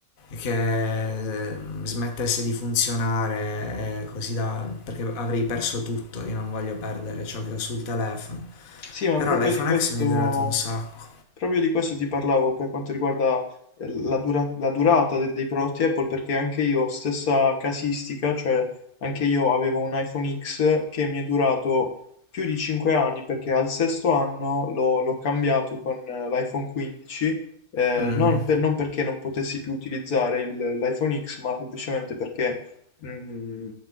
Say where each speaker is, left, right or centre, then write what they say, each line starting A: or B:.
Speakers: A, on the left (about 40°); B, on the left (about 70°).
A: che smettesse di funzionare eh, così da, perché avrei perso tutto, io non voglio perdere ciò che ho sul telefono.
B: sì, ma
A: Però
B: proprio
A: l'iPhone
B: di questo,
A: X mi è durato un sacco.
B: proprio di questo ti parlavo per quanto riguarda eh, la dura- la durata de- dei prodotti Apple, perché anche io, stessa casistica, cioè anche io avevo un iPhone X che mi è durato più di 5 anni, perché al sesto anno l'ho l'ho cambiato con eh, l'iPhone 15, eh,
A: Mm,
B: non, per- non perché non potessi più utilizzare il- l'iPhone X, ma semplicemente perché mh,